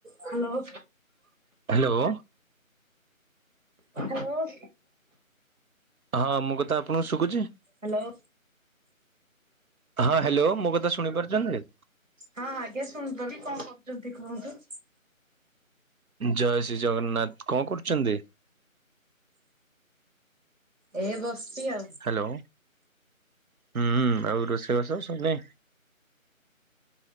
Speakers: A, on the right; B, on the right.
A: Hello.
B: Hello.
A: Hello.
B: ହଁ ମୋ କଥା ଆପଣଙ୍କୁ ଶୁଭୁଛି?
A: ହ୍ୟାଲୋ।
B: ହଁ ହ୍ୟାଲୋ ମୋ କଥା ଶୁଣି ପାରୁଛନ୍ତି?
A: ହଁ ଆଜ୍ଞା ଶୁଣପାରୁଛି। କଣ କରୁଛନ୍ତି କୁହନ୍ତୁ?
B: ଜୟ ଶ୍ରୀ ଜଗନ୍ନାଥ। କଣ କରୁଛନ୍ତି?
A: ଏ ବସିଛି ଆଉ।
B: ହ୍ୟାଲୋ ହୁଁ ଆଉ ରୋଷେଇ ବାସ ସରିନି?